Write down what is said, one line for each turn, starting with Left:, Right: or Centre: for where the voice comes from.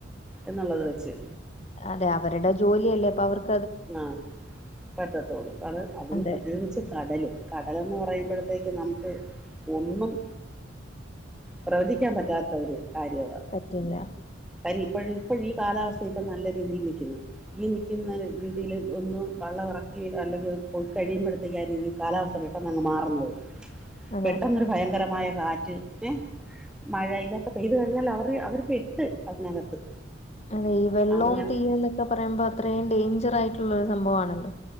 Centre: എന്നുള്ളത് വെച്ച്
Left: അതെ അവരുടെ ജോലിയല്ലേ അപ്പൊ അവർക്ക്
Centre: ആഹ പറ്റത്തോള്ളൂ കാരണം അതും
Left: അതെ
Centre: പ്രത്യേകിച്ച് കടല് കടലെന്ന് പറയുമ്പോഴത്തേക്ക് നമ്മുക്ക് ഒന്നും പ്രവചിക്കാൻ പറ്റാത്ത ഒരു കാര്യമാ
Left: പറ്റില്ല
Centre: കാര്യം ഇപ്പോഴും ഇപ്പോഴീ കാലാവസ്ഥ ഇപ്പൊ നല്ല രീതിയിൽ നിൽക്കുന്നു. ഈ നിൽക്കുന്ന രീതിയില് ഒന്ന് വള്ളം ഇറക്കി അല്ലെങ്കി പോയി കഴിയുമ്പഴ് ത്തക്ക രീതിയിൽ കാലാവസ്ഥ പെട്ടൊന്ന് അങ്ങ് മാറുന്നത്
Left: അതെ
Centre: പെട്ടന്നൊരു ഭയങ്കരമായ കാ റ്റ് ഏ മഴ ഇതൊക്കെ പെയ്തു കഴിഞ്ഞാൽ അവര് അവർ പെട്ട് അതിനകത്ത്.
Left: അതെ ഈ വെള്ളവും
Centre: അങ്ങനെ
Left: തീ എന്നൊക്കെ പറയുമ്പോ അത്രയും ഡേഞ്ചർ ആയിട്ടുള്ളൊരു സംഭവാണല്ലോ.